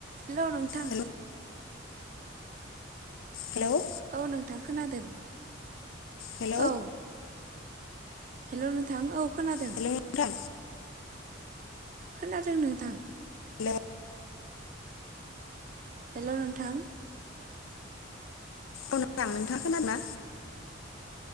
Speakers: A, on the right; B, on the left.
A: हेल' नोंथां।
B: Hello hello
A: औ नोंथां खोनादों
B: हेलौ
A: औ हेल' नोंथां औ खोनादों
B: हेलौ नोंथां
A: खोनादों नोंथां
B: हेल'
A: हेल' नोंथां
B: औ नोंथां नोंथाङा खोनादोंना?